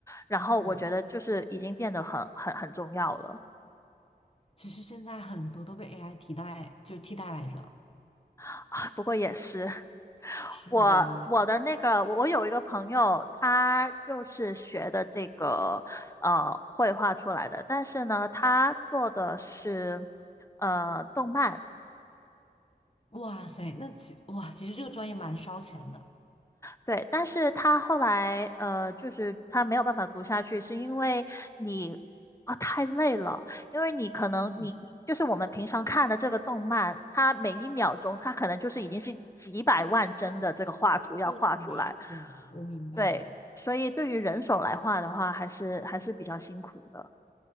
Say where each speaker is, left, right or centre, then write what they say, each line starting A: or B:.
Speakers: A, on the left; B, on the left.
A: 然后我觉得就是已经变得很很很重要了。
B: 嗯，其实现在很多都被 AI 替代，就替代来着。
A: <laughs> 啊不过也是。
B: 是吧？
A: 我我的那个，我我有一个朋友，他就是学的这个呃绘画出来的，但是呢，他做的是呃动漫，
B: 哇塞，那其哇，其实这个专业蛮烧钱的。
A: 对，但是他后来呃，就是他没有办法读下去，是因为你啊、太累了，因为你可能你你就是我们平常看的这个动漫，
B: 嗯，
A: 它每一秒钟它可能就是已经是几百万帧的这个画图要画出来，
B: 是的，是的，我明白。
A: 对，所以对于人手来画的话，还是还是比较辛苦的。